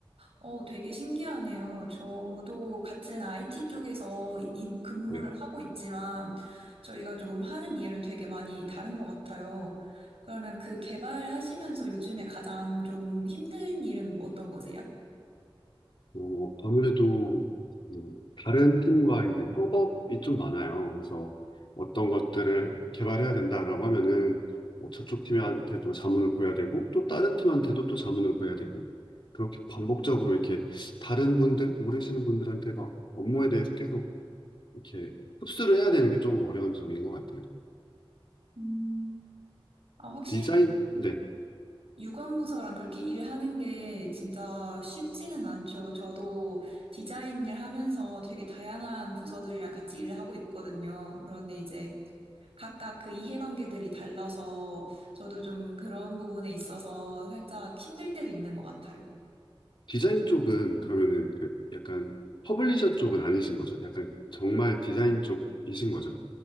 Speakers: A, on the right; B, on the left.
A: 어, 되게 신기하네요. 저도 같은 IT 쪽에서 이 근무를
B: 네.
A: 하고 있지만 저희가 조금 하는 일은 되게 많이 다른 것 같아요. 그러면 그 개발하시면서 요즘에 가장 좀 힘든 일은 어떤 거세요?
B: 뭐, 아무래도 음, 다른 팀과 이제 협업이 좀 많아요. 그래서 어떤 것들을 개발해야 된다라고 하면은 뭐 저쪽 팀한테도 자문을 구해야 되고 또 다른 팀한테도 또 자문을 구해야 되고 그렇게 반복적으로 이렇게 다른 분들, 모르시는 분들한테 막 업무에 대해서 계속 이렇게 흡수를 해야 되는 게 조금 어려운 점인 것 같아요.
A: 음. 아, 확실히
B: 디자인, 네.
A: 유관부서랑 그렇게 일을 하는 게 진짜 쉽지는 않죠. 저도 디자인 일 하면서 되게 다양한 부서들이랑 같이 일을 하고 있거든요. 그런데 이제 각각 그 이해관계들이 달라서 저도 좀 그런 부분에 있어서 살짝 힘들 때도 있는 것 같아요.
B: 디자인 쪽은 그러면은 그 약간 퍼블리셔 쪽은 아니신 거죠? 약간 정말 디자인 쪽이신 거죠?